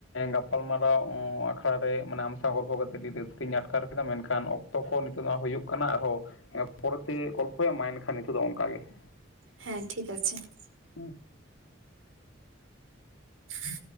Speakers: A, on the left; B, on the right.
A: ᱜᱟᱯᱟᱞ ᱢᱟᱨᱟᱣ ᱮᱸ ᱟᱠ ᱛᱷᱟ ᱨᱮ ᱢᱟᱱᱮ ᱟᱢ ᱥᱟᱶ ᱜᱚᱞᱯᱷᱚ ᱠᱟᱛᱮ ᱟᱹᱰᱤ ᱨᱟᱹᱥᱠᱟᱹᱧ ᱟᱴᱠᱟᱨ ᱠᱮᱫᱟ ᱢᱮᱱᱠᱷᱟᱱ ᱚᱠᱛᱚ ᱠᱷᱚᱱ ᱱᱤᱛᱚᱜ ᱱᱚᱣᱟ ᱦᱩᱭᱩᱜ ᱠᱟᱱᱟ ᱟᱨᱦᱚᱸ ᱦᱮ ᱯᱚᱨᱮ ᱜᱚᱞᱯᱚᱭᱟ ᱢᱟ ᱮᱱᱠᱷᱟᱱ ᱱᱤᱛᱚᱜ ᱫᱚ ᱚᱱᱠᱟ ᱜᱮ ᱾
B: ᱦᱮᱸ ᱴᱷᱤᱠ ᱟᱪᱷᱮ ᱾
A: ᱦᱩᱸ ᱾
B: ᱦᱮᱸ